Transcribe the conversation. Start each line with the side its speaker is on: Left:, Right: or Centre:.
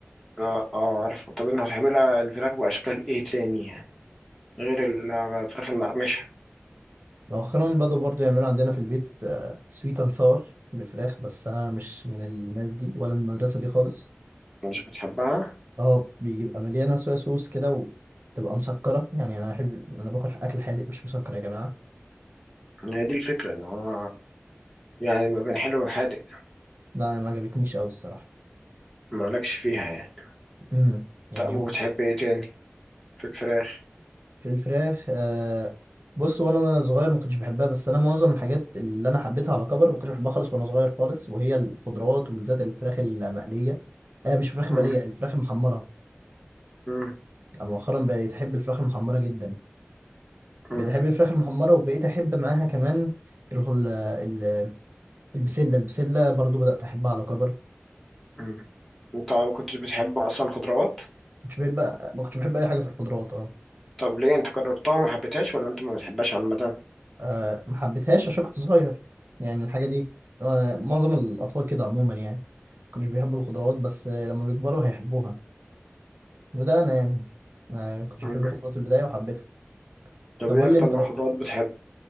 Centre: اه اه عارفه طب انت بتحب لها الفراخ باشكال ايه تاني يعني غير الفراخ المقرمشه
Right: مؤخرا بدأوا برضو يعملوا عندنا في البيت سويت اند ساور بالفراخ بس انا مش من الناس دي ولا من المدرسه دي خالص
Centre: مش بتحبها
Right: اه بيبقى مليانه صويا صوص كده وتبقى مسكره يعني انا احب انا باكل اكل حادق مش مسكر يا جماعه
Centre: هي دي الفكره ان هو يعني ما بين حلو وحادق
Right: لا أنا ما عجبتنيش قوي الصراحه
Centre: مالكش فيها يعني
Right: امم يعني
Centre: طب وبتحب
Right: هم-
Centre: ايه تاني في الفراخ
Right: في الفراخ آه بص وانا صغير ما كنتش بحبها بس انا معظم الحاجات اللي انا حبيتها على كبر ما كنتش بحبها خالص وانا صغير خالص وهي الخضروات وبالذات الفراخ المقليه آه مش الفراخ المقليه
Centre: مم.
Right: الفراخ المحمره
Centre: مم.
Right: مؤخرا بقيت احب الفراخ المحمره جدا
Centre: مم.
Right: بتحب الفراخ المحمرة وبقيت أحب معاها كمان ال- ال- ال- البسلة البسلة برضو بدأت أحبها على كبر
Centre: مم. انت ما كنتش بتحب اصلا خضروات
Right: كنتش بحب ما كنتش بحب أي حاجة في الخضروات اه
Centre: طب ليه انت جربتها وما حبيتهاش ولا انت ما بتحبهاش عامه
Right: آه، ما حبيتهاش عشان كنت صغير يعني الحاجة دي وأنا- معظم الأطفال كده عموما يعني ما كانوش بيحبوا الخضروات بس آه، لما بيكبروا هيحبوها وده أنا يعني آه، ما كنتش
Centre: مم.
Right: بحب الخضروات في البداية وحبيتها
Centre: طب
Right: طب
Centre: ايه
Right: قول
Centre: اكتر
Right: لي أنت
Centre: نوع
Right: بقى
Centre: خضروات بتحب